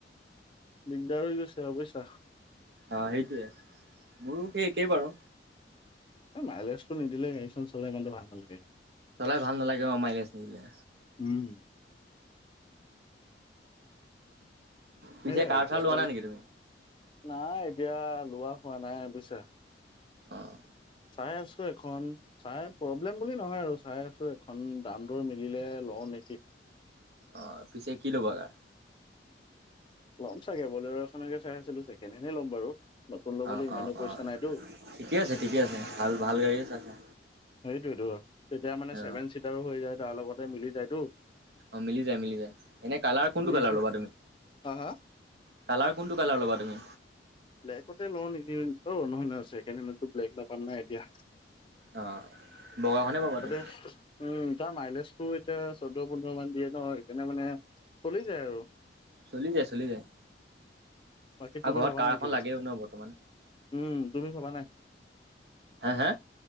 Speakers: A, on the left; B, on the right.
A: দিগদাৰ হৈ গৈছে আৰু বুইছা।
B: অ সেইটোৱে মোৰো সেই একেই বাৰু।
A: মাইলেজটো নিদিলে গাড়ী চখন চলাই ইমানে ভাল নালাগে।
B: চলাই ভাল নালাগে অ' মাইলে নিদিলে।
A: উম।
B: পিছে
A: সেইয়াই
B: কাৰ
A: এতিয়া
B: চাৰ লোৱা
A: কল
B: নাই নেকি তুমি
A: নাই এতিয়া লোৱা হোৱা নাই বুজিছা।
B: অহ।
A: চাই আছো এখন চাই প প্ৰব্লেম বুলি নহয় আৰু চাই আছো এখন দাম দৰ মিলিলে লওঁ নেকি!
B: অ', পিছে কি ল'বা কাৰ?
A: ল'ম চাগে ব'লেৰো এখনকে চাই আছিলো। চেকেণ হেণ্ড ল'ম বাৰু। নতুন ল'বলৈ
B: অ',
A: ইমানো
B: অ',
A: পইচা
B: অ'
A: নাইতো
B: ঠিকে আছে ঠিকে আছে ভাল ভাল গাড়ীয়ে চাইছা।
A: সেইটোয়েতো তেতিয়া মানে
B: অ
A: চছেভেন চিটাৰো হৈ যায় তাৰ লগতে মিলি যায়তো।
B: অ', মিলি যায় মিলি যায় এনে কালাৰ কোনটো
A: সেই
B: কালাৰ ল'বা তুমি?
A: হা হা
B: কালাৰ কোনটো কালাৰ ল'বা তুমি?
A: ব্লেকতে লওঁ নেকি অ নহয় নহয়কাৰো ব্লেক নাপাম নাই এতিয়া
B: অ', বগাখনে পাবা তুমি,
A: <unintelligible> উম তাৰ মাইলেজটো এতিয়া চৈধ্য পোন্ধৰ মান দিয়ে ন সেইকাৰণে মানে চলি যায় আৰু।
B: চলি যায় চলি যায়।
A: বাকী
B: আৰু
A: তুমি
B: ঘৰত
A: ভবা
B: কাৰ
A: নাই
B: এখন
A: কিবা
B: লাগেও ন বৰ্তমান।
A: উম তুমি ভবা নাই।
B: হা হা,